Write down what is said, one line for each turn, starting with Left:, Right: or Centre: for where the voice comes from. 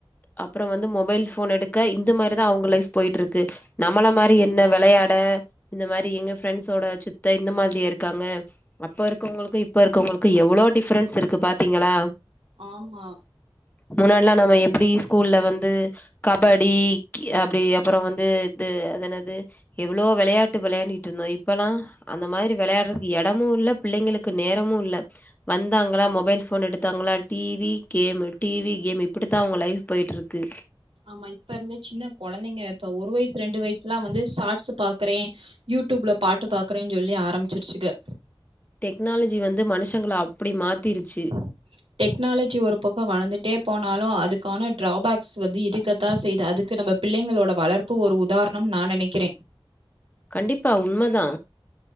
Left: அப்பற வந்து மொபைல் போன் எடுக்க இந்த மாதிரிதா அவங்க லைஃப் போயிட்டு இருக்கு நம்மள மாதிரி என்ன விளையாட இந்த மாதிரி எங்க ஃப்ரெண்ட்ஸோட சுத்த இந்த மாதிரியா இருக்காங்க அப்ப இருக்கவங்களுக்கும் இப்ப இருக்கவங்களுக்கும் எவ்ளோ டிஃரென்ஸ் இருக்கு பாத்தீங்களா
Right: ஆமா
Left: முன்னாடி எல்லா நம்ம எப்டி ஸ்கூல்ல வந்து கபடி அப்டி அப்பற வந்து இது அது என்னது எவ்ளோ வெளயாட்டு வெளயாண்டிட்டு இருந்தோ இப்பல்லா அந்த மாரி வெளயாடுறதுக்கு எடமு இல்ல பிள்ளைங்களுக்கு நேரமு இல்ல வந்தாங்களா மொபைல் ஃபோன் எடுத்தாங்ளா டிவி கேமு டிவி கேமு இப்டித்தா அவங்க லைஃப் போயிட்டு இருக்கு
Right: ஆமா இப்ப இருந்தே சின்ன கொழந்தைங்க இப்ப ஒரு வயசு ரெண்டு வயசுலா வந்து ஷாட்ஸு பாக்குறே யூடூப்ல பாட்டு பாக்குறன்னு சொல்லி ஆரம்பிச்சிருச்சுக
Left: டெக்னாலஜி வந்து மனுஷங்கள அப்டி மாத்திருச்சு
Right: <unintelligible> டெக்னாலஜி ஒரு பக்க வளந்துட்டே போனாலு அதுக்கான டிரராபேக்ஸ் வந்து இருக்கத்தா செய்து அதுக்கு நம்ம பிள்ளைங்களோட வளர்ப்பு ஒரு உதாரண நா நினைக்கிற
Left: கண்டிப்பா உண்மதா